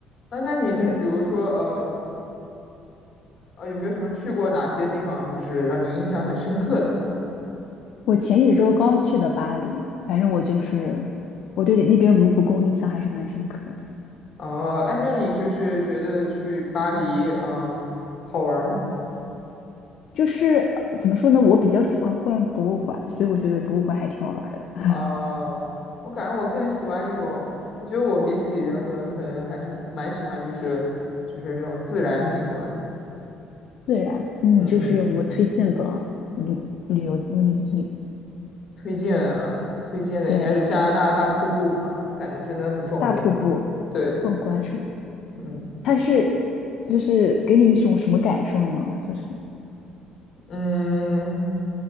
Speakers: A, on the left (about 40°); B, on the left (about 60°).
A: 啊，那你就是比如说，
B: 对，
A: 嗯、呃，有没有什么去过哪些地方，就是让你印象很深刻的呢？
B: 我前几周刚去的巴黎，反正我就是我对那边卢浮宫印象还是蛮深刻的。
A: 哦，哎，那你就是觉得去巴黎，嗯、好玩儿吗？
B: 就是呃怎么说呢，我比较喜欢逛博物馆，所以我觉得博物馆还挺好玩儿的。<laughs>
A: 啊、我感觉我更喜欢一种，我觉得我比起人文，可能还是蛮喜欢，就是就是那种自然景观。
B: 自然，嗯，
A: 嗯嗯，
B: 就是有没有推荐的旅旅游目的地？
A: 推荐啊推荐的应该是加拿大大瀑布吧，
B: 对，
A: 感觉真的很壮观。
B: 大瀑布
A: 对，
B: 壮观什么？
A: 嗯
B: 它是就是给你一种什么感受呢？就是。
A: 嗯。